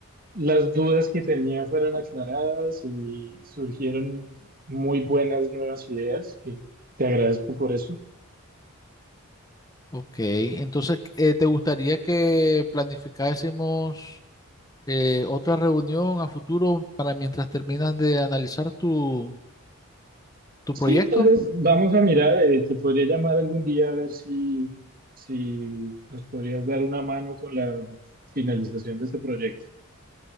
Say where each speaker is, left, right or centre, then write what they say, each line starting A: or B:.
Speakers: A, on the right; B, on the left.
A: las dudas que tenía fueron aclaradas y surgieron muy buenas nuevas ideas, que te agradezco por eso.
B: Ok, entonces, eh, ¿te gustaría que planificásemos? eh, otra reunión a futuro para mientras terminas de analizar tu, tu
A: Sí,
B: proyecto.
A: tal vez vamos a mirar, eh, te podría llamar algún día a ver si, si nos podrías dar una mano con la finalización de este proyecto.